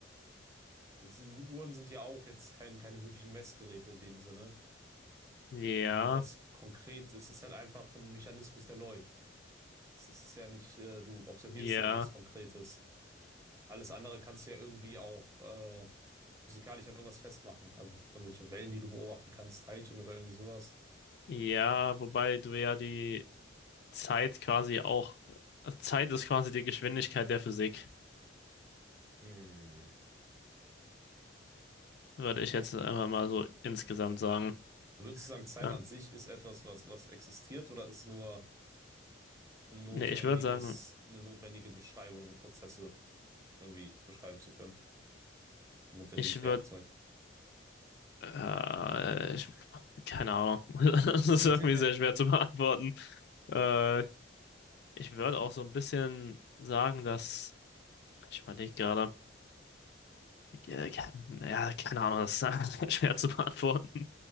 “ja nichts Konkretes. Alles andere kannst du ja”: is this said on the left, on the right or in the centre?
Right